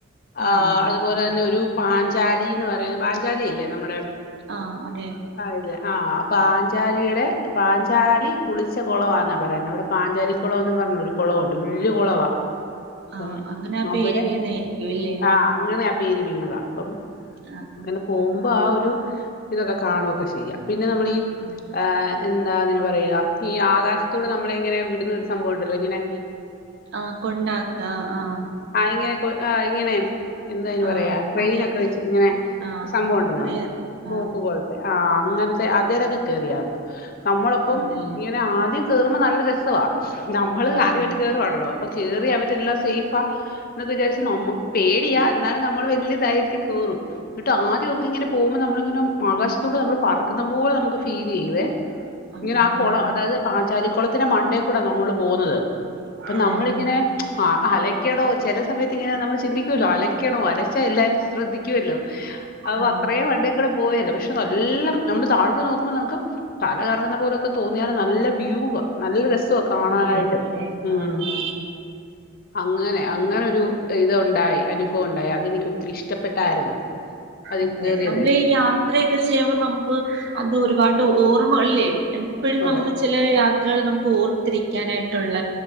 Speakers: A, on the left; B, on the right.
A: ആഹ്
B: ആണോ
A: അതു പോലെ തന്നെ ഒരു പാഞ്ചാലി എന്ന് പറയുന്നത്, പാഞ്ചാലി ഇല്ലേ നമ്മുടെ
B: ആഹ്, അതെയോ
A: അറിയില്ല, ആഹ് പാഞ്ചാലിയുടെ പാഞ്ചാലി കുളിച്ച കുളവാന്ന പറയുന്നത് അവിടെ പാഞ്ചാലി കുളം എന്ന് പറഞ്ഞു ഒരു കുളവുണ്ട് വലിയ കുളവാ. അപ്പം
B: ആഹ്, അങ്ങനെ ആ പേര്
A: അവിടെ
B: വീണായിരിക്കു അല്ലെ?
A: ആ അങ്ങനെ ആ പേര് വീണതാ, അപ്പം
B: ആഹ്
A: അങ്ങനെ
B: ആഹ്
A: പോവുമ്പോ ആ ഒരു ഇതൊക്കെ കാണു ഒക്കെ ചെയ്യാം, പിന്നെ നമ്മള് ഈ
B: ഉം.
A: ഏഹ്, എന്താ അതിന് പറയുക ഈ ആകാശത്തോടെ നമ്മള് ഇങ്ങനെ വിടുന്ന ഒരു സംഭവം ഉണ്ടല്ലോ ഇങ്ങനെ
B: ആ കൊണ്ടാക്ക്‌, ആഹ്
A: ആ ഇങ്ങനെ കൊ ആ ഇങ്ങനെ എന്ത് അയിനു
B: ആഹ്
A: പറയാ ക്രെയിൻ
B: അറിയ
A: ഒക്കെ വെച്ചിട്ട് ഇങ്ങനെ
B: ആഹ്
A: സംഭവം ഉണ്ടല്ലോ
B: അറിയ അറിയാം
A: റോപ്പ്
B: ആഹ്
A: പോലെ ആഹ്, അങ്ങനത്തെ അതേരൊക്കെ കേറിയായിരുന്നു, നമ്മളൊപ്പം
B: ആണല്ലേ
A: ഇങ്ങനെ ആദ്യം കേറുമ്പോ നല്ല രസവാ നമ്മള്
B: ആഹ്
A: ആദ്യമായിട്ട് കേയറുവാണല്ലോ അപ്പൊ കേറി അവരെല്ലാം സേഫാ ണ് എന്നൊക്കെ വിചാരിച്ച് നമ്മക്ക് പേടിയാ എന്നാലും നമ്മള് വലിയ ധൈര്യത്തില് കേറും. ഇങ്ങട്ട് ആദ്യ ഒക്കെ ഇങ്ങനെ പോവുമ്പോ നമ്മള്ങ്ങനെ ആകാശ ത്ത്ക്ക്‌ നമ്മള് പറക്കുന്ന പോലെ നമുക്ക് ഫീൽ ചെയ്യുവേ,
B: അതെ
A: ഇങ്ങനെ ആ കുളം
B: ആഹ്
A: അതായത് പാഞ്ചാലിക്കുളത്തിന്റെ മണ്ടേക്കൂട നമ്മള് പോവ്ന്നത് അപ്പൊ
B: പോകുന്നത്
A: നമ്മളിങ്ങനെ ആഹ് അലയ്ക്കടോ ചില സമയത്ത് ഇങ്ങനെ നമ്മള് ചിന്തിക്കുവല്ലോ അലയ്ക്കണോ അലച്ചാൽ എല്ലാരും ശ്രദ്ധി ക്കുവല്ലോ അപ്പൊ
B: ആഹ്
A: അത്രയും മണ്ടേകൂടെ പോയല്ലോ പക്ഷെ ഇത് നല്ല നമ്മള് താഴോട്ട് നോക്കുമ്പോ നമുക്ക് തല കറങ്ങുന്ന പോലൊക്കെ തോന്നിയാല് നല്ല വ്യൂവ് നല്ല രസവാ കാണാനായിട്ട്
B: അറിയ അല്ലേ
A: ഉം
B: ആഹ്
A: അങ്ങനെ അങ്ങനൊരു ഇത് ഒണ്ടായി അനുഭവം ഉണ്ടായി അതെനിക്ക് ഒത്തിരി ഇഷ്ടപ്പെട്ടായിരുന്നു അതിൽ
B: അതെ
A: കയറിയതേ
B: നമ്മള് ഈ യാത്രയൊക്കെ ചെയ്യുമ്പോൾ നമുക്ക് അത് ഒരുപാട്ഓർ മ്മകളില്ലേ എപ്പഴും
A: അതെ
B: നമുക്ക് ചില യാത്രകൾ നമുക്ക് ഓർത്തിരിക്കാനായിട്ടുള്ള